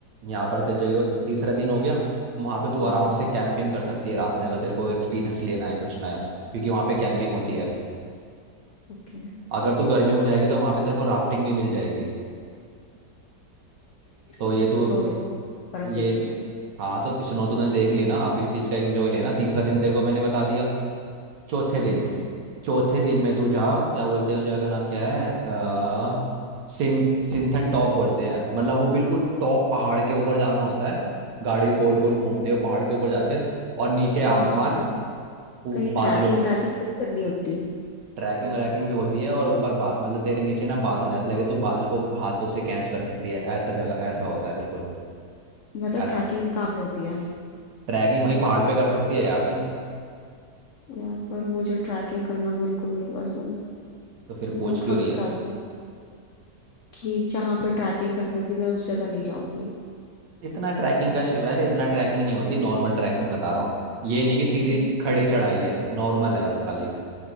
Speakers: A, on the right; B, on the left.
A: यहाँ पर तुझे यो तीसरा दिन हो गया वहाँ पे तू आराम
B: हम्म
A: से कैंपिंग कर सकती है रात में अगर तेरे को एक्सपीरियंस लेना है कुछ नया क्योंकि वहाँ पे कैंपिंग होती है
B: ओके हम्म,
A: अगर तू गर्मियों में जाएगी तो वहाँ पे तेरे को राफ्टिंग भी मिल जाएगी
B: मेरे
A: तो
B: को
A: ये
B: स्नो
A: तू
B: देख
A: हम्म,
B: बर्फ
A: ये
B: देखनी है
A: हाँ तो स्नो तूने देख ली ना अब इस चीज़ का एंजॉय लेना तीसरा दिन तेरे को मैंने बता दिया चौथे दिन
B: ठीक है
A: चौथे दिन में तू जा क्या बोलते हैं उस जगह का नाम क्या है आ, सिं, सिंथन टॉप बोलते हैं मतलब वो बिल्कुल टॉप पहाड़ के ऊपर जाना होता है गाड़ी गोल गोल घूमते हुए पहाड़ के ऊपर जाते हैं और नीचे
B: शाम
A: आसमान
B: मुझे लगा
A: ऊप-
B: कहीं ट्रैकिंग
A: बादलों
B: व्रैकिंग तो नहीं करनी होती
A: ट्रैकिंग व्रैकिंग भी होती है और ऊपर बा- मतलब तेरे नीचे ना बादल ऐसे लगे तो बादल को हाथों से कैच कर सकती है ऐसा जगह ऐसा होता है बिल्कुल
B: मतलब
A: ऐसा
B: ट्रैकिंग कहाँ पे होती है
A: ट्रैकिंग वहीं पहाड़ पे कर सकती है यार तू
B: यार पर मुझे ट्रैकिंग करना बिल्कुल नहीं पसंद
A: तो फिर
B: मैं
A: पूछ क्यों
B: थक
A: रही है
B: जाती हूँ कि जहाँ पे ट्रैकिंग करनी होगी मैं उस जगह नहीं जाऊंगी
A: इतना ट्रैकिंग का शिव अरे इतना ट्रैकिंग नहीं होती नॉर्मल ट्रैकिंग बता रहा हूँ ये नहीं कि सीधी
B: फिर
A: खड़ी
B: तो ठीक
A: चढ़ाई
B: है
A: है नॉर्मल है बस खाली